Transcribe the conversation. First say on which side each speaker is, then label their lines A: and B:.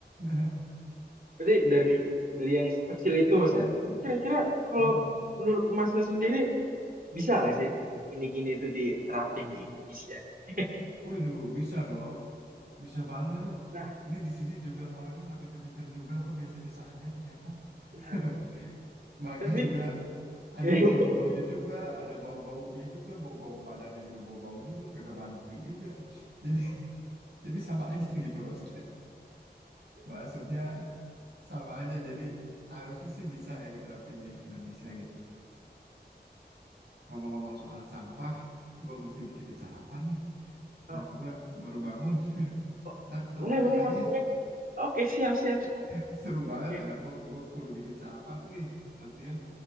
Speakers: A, on the right (about 80°); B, on the right (about 55°).
A: <laughs>
B: Berarti dari dari yang kecil itu Mas ya. Ini kira-kira kalau
A: Mm-mm.
B: menurut Masnya sendiri bisa nggak sih gini-gini itu diterapin di Indonesia? <laughs>
A: Waduh, bisa dong. Bisa banget.
B: Nah,
A: Ini di sini juga orangnya nggak pinter-pinter juga kok biasa-biasa aja ternyata.
B: nah.
A: <laughs> Mereka
B: Tapi
A: juga ada
B: <laughs>
A: bodoh-bodohnya juga, ada bau-baunya juga, bau-bau badannya juga bau-bau juga, kagak mandi juga. <laughs> Jadi jadi sama aja gitu maksudnya. Maksudnya sama aja. Jadi harusnya sih bisa ya diterapin di Indonesia gitu. Ngomong-ngomong soal sampah, gue mesti bikin sarapan nih.
B: oh,
A: Anak gue baru bangun.
B: oh,
A: Nah, kita
B: boleh
A: kontak
B: boleh
A: lagi
B: Mas.
A: ya.
B: Oke. Oke, siap siap siap.
A: <laughs> Seru banget
B: Oke.
A: anak gue. Gue kudu bikin sarapan. Eh, buat dia.